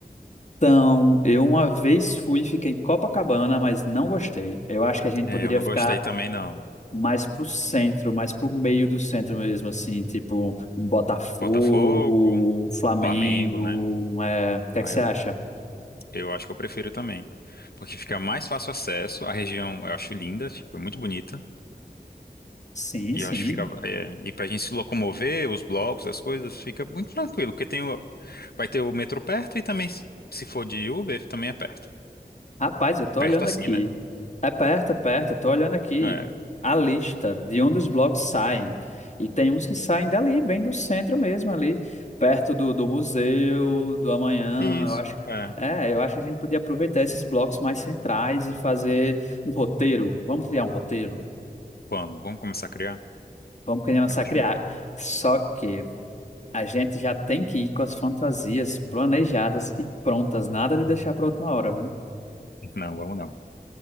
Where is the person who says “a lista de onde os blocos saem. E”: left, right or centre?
Left